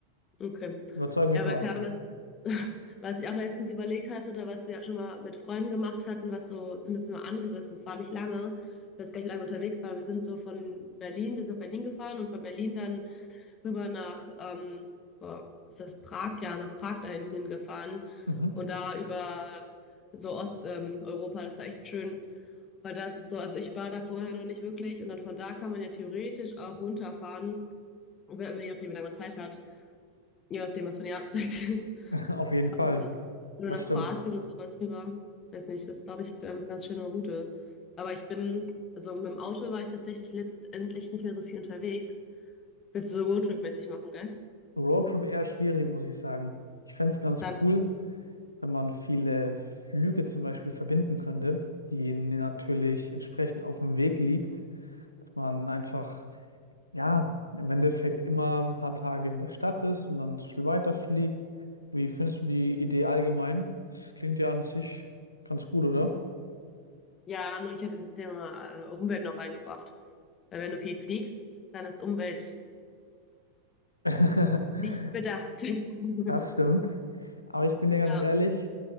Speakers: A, on the left (about 25°); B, on the left (about 80°).
A: Okay.
B: Überzeug mich
A: Ja,
B: mal.
A: weil keine Ahnung, was, <laughs> was ich auch letztens überlegt hatte oder was wir ja schon mal mit Freunden gemacht hatten, was so zumindest mal angerissen ist, war nicht lange. Ich weiß gar nicht, wie lange wir unterwegs waren. Wir sind so von Berlin, wir sind nach Berlin gefahren und von Berlin dann rüber nach, ähm, boah, ist das Prag? Ja, nach Prag da hinten hingefahren
B: Mhm.
A: und da über so Osteuropa, ähm, Europa, das war echt schön, weil das ist so, also ich war da vorher noch nicht wirklich und dann von da kann man ja theoretisch auch runterfahren, über- je nachdem, wie lange man Zeit hat, je nachdem, was für eine Jahreszeit <laughs> ist.
B: <laughs> Auf jeden Fall.
A: Ähm, oder
B: Das
A: nach
B: stimmt.
A: Kroatien und sowas rüber. Weiß nicht, das ist, glaube ich, eine ganz schöne Route. Aber ich bin, also mit dem Auto war ich tatsächlich letztendlich nicht mehr so viel unterwegs. Willst du so Roadtrip-mäßig machen, gell?
B: Roadtrip eher schwierig, muss ich sagen. Ich fände es ganz
A: Dann
B: cool, wenn man viele Flüge zum Beispiel verbinden könnte, die natürlich entsprechend auf dem Weg liegt, dass man einfach ja, im Endeffekt immer ein paar Tage in der Stadt ist und dann zum Beispiel weiterfliegt. Wie findest du die Idee allgemein? Das klingt ja an sich ganz gut, oder?
A: Ja, nur ich hätte das Thema äh, Umwelt noch reingebracht. Weil wenn du viel fliegst, dann ist Umwelt
B: <laughs>
A: nicht bedacht. <laughs>
B: Das stimmt. Aber ich bin dir ganz
A: Ja,
B: ehrlich,